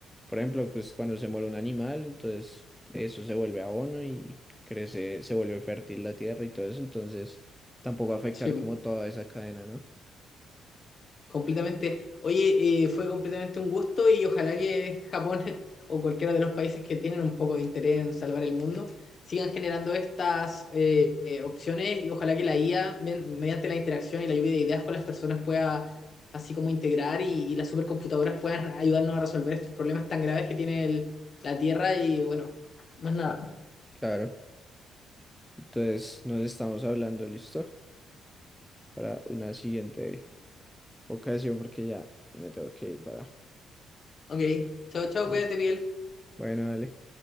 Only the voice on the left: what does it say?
sí.
Completamente. Oye, eh, fue completamente un gusto y ojalá que Japón <laughs> o cualquiera de los países que tienen un poco de interés en salvar el mundo sigan generando estas eh, eh, opciones y ojalá que la IA, me- mediante la interacción y la lluvia de ideas con las personas, pueda así como integrar y, y las supercomputadoras puedan ayudarnos a resolver estos problemas tan graves que tiene el- la Tierra y bueno, más nada.
Ok, chao, chao,
cuídate, Miguel.